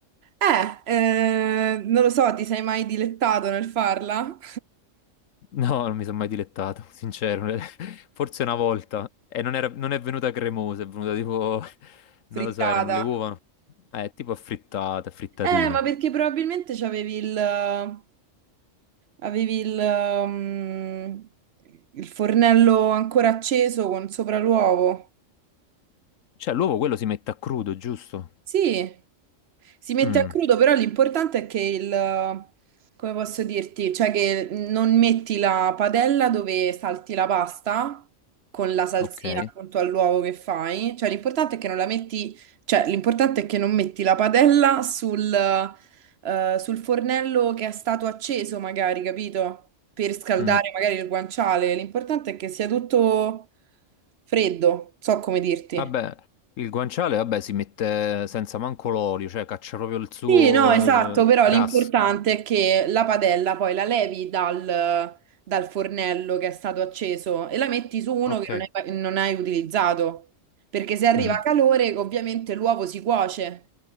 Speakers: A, on the right (about 60°); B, on the left (about 80°).
A: Eh, eh, non lo so, ti sei mai dilettato nel farla?
B: No, non mi sono mai dilettato, sincero, <laughs> forse una volta. E non era- non è venuta cremosa, è venuta tipo, <laughs>
A: Frittata?
B: non lo so, erano le uova, eh, tipo affrittata, frittatino.
A: Eh, ma perché probabilmente c'avevi il, avevi il, mm, il fornello ancora acceso con sopra l'uovo.
B: Cioè, l'uovo quello si mette a crudo, giusto?
A: Sì, si mette
B: Mm,
A: a crudo, però l'importante è che il, come posso dirti, cioè che non metti la padella dove salti la pasta con la salsina
B: ok.
A: appunto all'uovo che fai, cioè l'importante è che non la metti, cioè l'importante è che non metti la padella sul, eh, sul fornello che è stato acceso magari, capito? Per scaldare
B: Mm.
A: magari il guanciale, l'importante è che sia tutto freddo, so come dirti.
B: Vabbè, il guanciale, vabbè, si mette senza manco l'olio, cioè caccia proprio il suo
A: Sì, no, esatto,
B: eh,
A: però
B: grasso.
A: l'importante è che la padella poi la levi dal, dal fornello che è stato acceso e la metti su uno
B: Ok.
A: che non hai, non hai utilizzato, perché se arriva
B: Mm.
A: calore ovviamente l'uovo si cuoce.